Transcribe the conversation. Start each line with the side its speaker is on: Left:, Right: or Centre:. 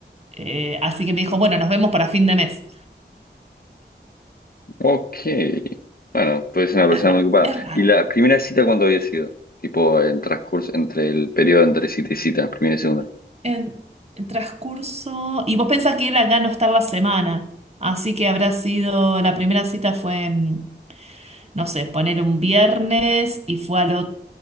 Right: Eh, así que me dijo, bueno, nos vemos para fin de mes.
Left: Ok. Bueno, pues es una persona
Right: Es raro,
Left: muy ocupada.
Right: es raro.
Left: ¿Y la primera cita cuándo había sido? Tipo, en transcurso, entre el periodo entre cita y cita, primera y segunda.
Right: En el transcurso. Y vos pensás que él acá no está la semana. Así que habrá sido. La primera cita fue, en, no sé, poner un viernes y fue al otro.